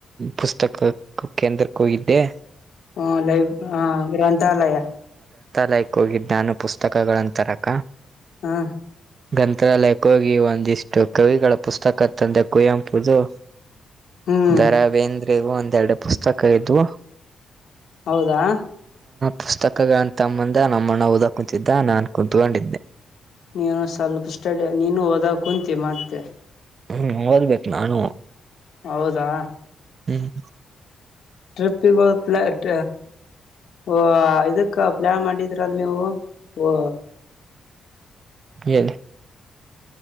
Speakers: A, on the right; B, on the left.
A: ಪುಸ್ತಕಕ್ಕೆಂದ್ರ ಕರ್ಕೋಗಿದ್ದೆ.
B: ಹ್ಮ ಲೈ ಹ ಗ್ರಂಥಾಲಯ.
A: ಲೈಕ್ ಹೋಗಿದ್ದ ನಾನು ಪುಸ್ತಕಗಳನ್ ತರಕ.
B: ಹಾ
A: ಗ್ರಂಥಾಲಯಕ್ಕೋಗಿ ಒಂದಿಷ್ಟು ಕವಿಗಳ ಪುಸ್ತಕ ತಂದೆ ಕುಯಂಪುದು.
B: ಹ್ಮ್
A: ದರ ವೇಂದ್ರಿಗ ಒಂದೆರಡು ಪುಸ್ತಕ ಇದ್ವು.
B: ಹೌದಾ.
A: ಪುಸ್ತಕಗಳನ್ನ ತಂಬಂದ ನಮ್ಮ ಅಣ್ಣ ಓದ ಕುಂತಿದ್ದ ನಾನು ಕುಂತ್ಕೊಂಡಿದ್ದೆ
B: ನೀನು ಸ್ವಲ್ಪ ಸ್ಟಡ ನೀನು ಹೋದಾಗ ಕುಂತೀ ಮತ್ತೆ
A: ಹ್ಮ್ ಓದ್ಬೇಕು ನಾನು
B: ಹೌದಾ
A: ಹ್ಮ್
B: ಟ್ರಫಿಲ ಇಟ ಓ ಇದಕ್ಕ ಪ್ಲಾನ್ ಮಾಡಿದ್ರಲ್ ನೀವು ಓ
A: ಏನೆ